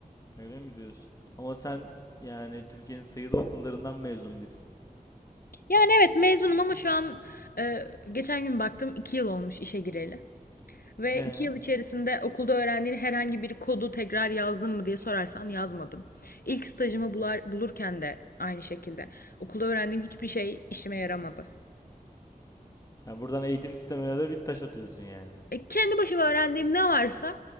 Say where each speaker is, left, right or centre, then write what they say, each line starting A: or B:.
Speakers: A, on the left (about 25°); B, on the left (about 80°).
A: Öyle mi diyorsun? Ama sen yani Türkiye'nin sayılı okullarından mezun birisin.
B: Yani evet mezunum ama şu an e, geçen gün baktım 2 yıl olmuş işe gireli. Ve
A: Ee?
B: iki yıl içerisinde okulda öğrendiğin herhangi bir kodu tekrar yazdın mı diye sorarsan yazmadım. İlk stajımı
A: Hmm.
B: bular, bulurken de aynı şekilde. Okulda öğrendiğim hiçbir şey işime yaramadı.
A: Yani buradan eğitim sistemine de bir taş atıyorsun yani.
B: E, kendi başıma öğrendiğim ne varsa